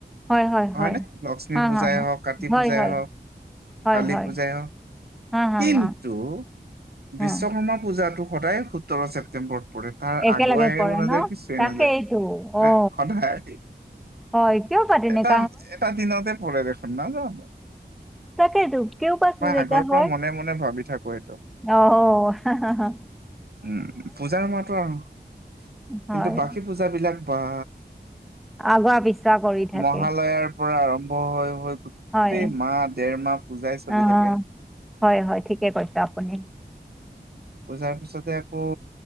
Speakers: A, in the centre; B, on the right.
A: হয়, হয়,
B: হয়নে
A: হয়,
B: লক্ষ্মী
A: হা,
B: পূজাই
A: হা, হা,
B: হওঁক কাতি
A: হয়,
B: পূজাই
A: হয়,
B: হওঁক।
A: হয়,
B: কালী
A: হয়,
B: পূজাই হওঁক।
A: হা, হা,
B: কিন্তু
A: হা, হা,
B: বিশ্বকৰ্মা পূজাটো সদায় সোতৰ ছেপ্তেম্বৰ পৰে তাৰ
A: একেলগে
B: আগুৱাইও
A: পৰে
B: নাযায়
A: ন?
B: পিছে
A: তাকেইতো,
B: নাযায়
A: অ',
B: সদায়।
A: হয় কিয় পাতি
B: এটা
A: নেক
B: এটা দিনতে প দেখোন ন জানো।
A: তাকেটে কিয় বা তেনেকুৱা
B: আগৰ পৰা
A: হয়।
B: মনে মনে ভাবি থাকো এইটো
A: আহ <unintelligible>
B: উম, পূজাৰ মাতো আৰু কিন্তু
A: হয়,
B: বাকী পূজাবিলাক বা
A: আগুৱা পিছুৱা কৰি থাকে।
B: মহালয়াৰ পৰা আৰম্ভ হৈ হৈ গোটেই
A: হয়,
B: মাহ দেৰ মাহ পূজাই চলি
A: অ',
B: থাকে।
A: হয়, হয় ঠিকে কৈছ আপুনি।
B: পুজাৰ পিছতে আকৌ